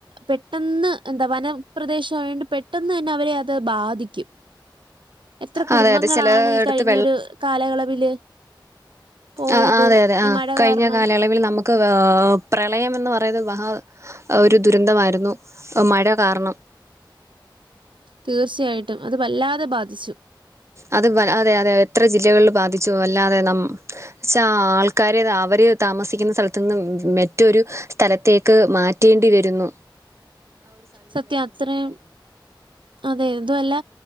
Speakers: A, on the right (about 75°); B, on the right (about 35°).
A: പെട്ടെന്ന് എന്താ വനം പ്രദേശായോണ്ട് പെട്ടെന്ന് തന്നെ അവരെ അത് ബാധിക്കും എത്ര കുടുംബങ്ങളാണ്
B: അതെ അതെ ചിലയിടത്ത്
A: ഈ കഴിഞ്ഞൊരു കാലയളവില് പോയത്
B: ആഹ് ആഹ് അതെ അതെ ആഹ്
A: ഈ മഴ
B: കഴിഞ്ഞ
A: കാരണം.
B: കാലയളവിൽ നമ് ക്ക് പ്രളയമെന്ന് പറയ്ന്നത് മഹാ ഒരു ദുരന്തമായ്ര്ന്നു മഴ കാര്ണം
A: തീർച്ചയായിട്ടും അത് വല്ലാതെ ബാധിച്ചു
B: അത് ബ അതെ അതെ എത്ര ജില്ലകൾല് ബാധിച്ചു വല്ലാതെ നം ച്ചാ ആഹ് ആൾക്കാര് അവര് താമസിക്ക്ന്ന സ്ഥലത്ത്ന്ന് മ് മെറ്റൊരു സ്ഥലത്തേക്ക് മാറ്റേണ്ടി വെര്ന്നു
A: സത്യാ അത്രേം അതെ ഇതുവല്ലാ